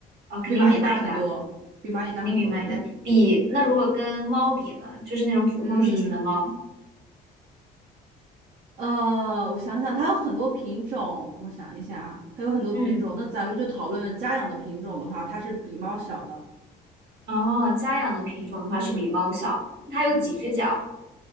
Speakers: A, on the right; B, on the right.
A: 哦，肯定比蚂蚁大，
B: 比蚂蚁大很多，比蚂蚁大很多，
A: 肯定比蚂蚁大。
B: 对，
A: 比，那如果跟猫比呢？就是那种普通体型的猫。
B: 嗯，呃，我想想，它有很多品种，我想一下啊，它有很多品种。
A: 嗯，
B: 那咱们就讨论家养的品种的话，它是比猫小的。
A: 哦，家养的品种的话是比猫小。
B: 嗯，对，
A: 它有几只脚？
B: 嗯，